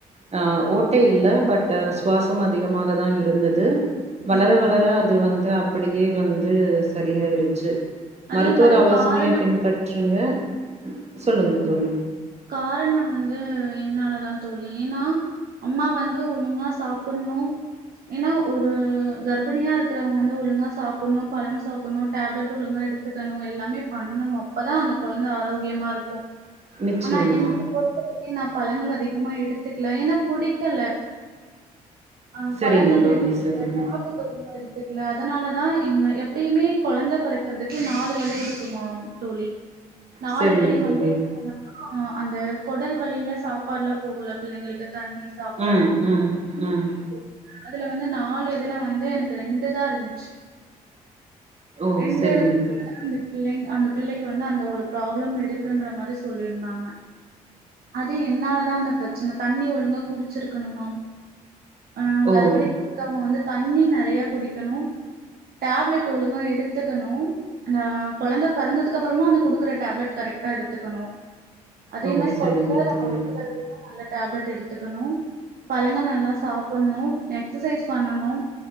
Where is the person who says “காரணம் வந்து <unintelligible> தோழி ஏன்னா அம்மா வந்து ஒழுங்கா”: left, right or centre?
Right